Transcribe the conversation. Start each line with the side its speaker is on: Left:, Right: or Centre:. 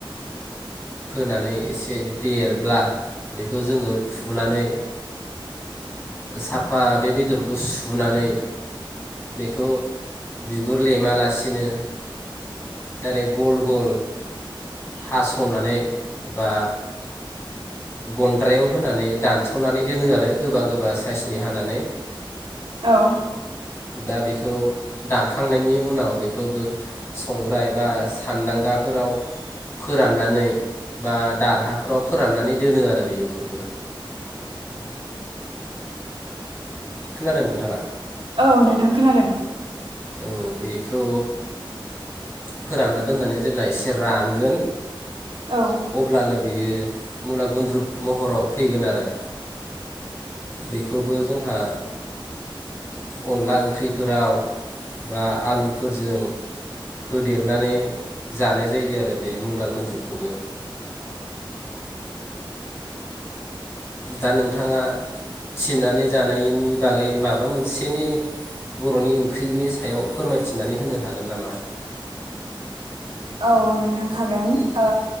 Left: फोनानै एसे देरब्ला बेखौ जोङो फुनानै साफा बे बेदरखौ सुनानै बेखौ बिगुर लेमालासिनो दाइरेक गल गल हास'नानै बा गन्द्रायाव होनानै दानस'नानै दोनो आरो गोबा गोबा साइसनि हानानै।
Right: औ।
Left: दा बेखौ दानखांनायनि उनाव बेखौबो संग्राय बा सान्दांगाफोराव फोराननानै बा दारहाफोराव फोराननानै दोनो आरो बेखौबो। खोनादों नोंथाङा?
Right: औ नोंथां खोनादों।
Left: औ बेखौ फोरानना दोननानै जेब्ला एसे रानगोन
Right: औ
Left: अब्लानो बेयो मुला गुन्द्रुुब महराव फैगोन आरो। <inaudible> बेख खौबो जोंहा अनला ओंख्रिफोराव बा आलुफोरजों होदेरनानै जानाय जायो आरो बे मुला गुन्द्रुुखौबो दा नोंथाङा थिनानै जानायनि बागै माबा मोनसेनि बर'नि ओंख्रिनि सायाव फोरमायथिनानै होनो हागोन नामा?
Right: औ नोंथां हागोन ओ